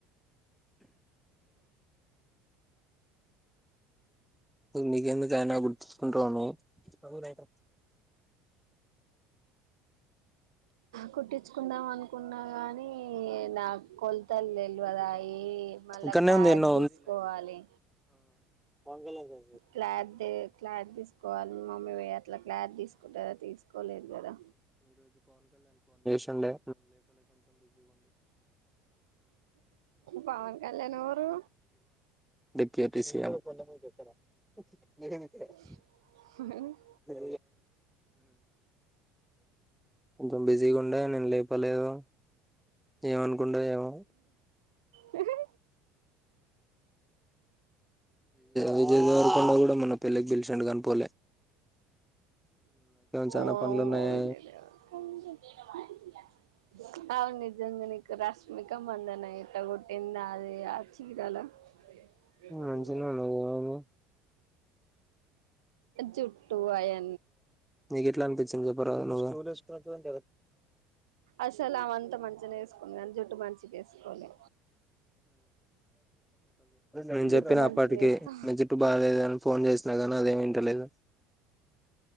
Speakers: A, in the centre; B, on the right.
A: నీకెందుకైనా కుట్టించుకుంటావా నువ్వు
B: కుట్టి నచ్చుకుందాం అనుకున్నా కానీ నా కొలతలు తెల్వదాయే మళ్ళా
A: ఇక్కడనే
B: క్లాత్
A: ఉంది ఎన్నో
B: తీసుకోవాలి
A: వంగలా గర్
B: క్లాతి క్లాతు తీసుకోవాలి మమ్మీ అట్లా క్లాతు తీసుకుంటారా తీసుకోలేదు కదా
A: డే
B: పవన్ కళ్యాణ్ ఎవరు
A: డిప్యూటీ <inaudible>
B: <unintelligible>
A: <unintelligible> కొంచెం బిజీగా ఉండే నేను లేపాలేదు ఏమనుకుండో ఏమో
B: హా హ
A: విజయ్ దేవరకొండ కూడా మొన్న పెళ్ళికి పిలిచాండు కాని పోలే చానా
B: వామో
A: పనులు ఉన్నాయి
B: విజయ్ దేవరకొండ అవును నిజంగానే రష్మిక మధన ఎట్టా గొటిది చీరాలా రేప్ ఒక్క
A: మంచిగనే
B: రోజ్ బయట
A: ఉన్నది ఏమైంది
B: జుట్టు అయా
A: నీకు ఎట్లా అనిపించింది చెప్పర నువ్వే
B: అసలు అవంతా మంచిగనే వేసుకుంది కానీ జుట్టు మంచిగా వేసుకోలే
A: నేను
B: జుట్టు
A: చెప్పి
B: మంచిగా
A: అప్పటికి
B: వేస్తా
A: జుట్టు బాలేదు అని ఫోన్ చేసినా అదే వింట లేదు